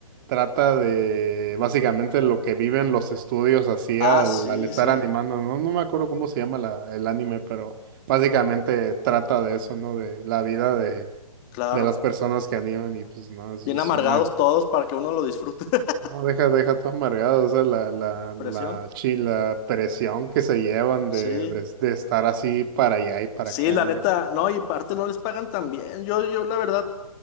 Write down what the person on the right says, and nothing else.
trata de básicamente lo que viven los estudios así
al,
al estar
animando, no, no me acuerdo cómo se llama la- el anime, pero básicamente trata de eso, ¿no? De la vida de,
de las personas que animan y pues no, es
es
una...
No, deja, deja todo amargado, o sea, la, la, la,
chi- la presión que se llevan
de, de, de estar así para allá y para
acá.
y-